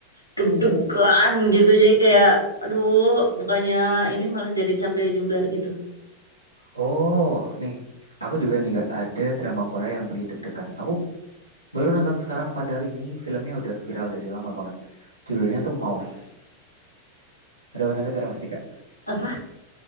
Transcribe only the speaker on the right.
Oh, nih, aku juga nih gak ada drama Korea yang bikin deg-degan. Aku baru nonton sekarang padahal ini filmnya udah viral dari lama banget. Judulnya tuh Mouse. Ada benar dengar pasti Kak?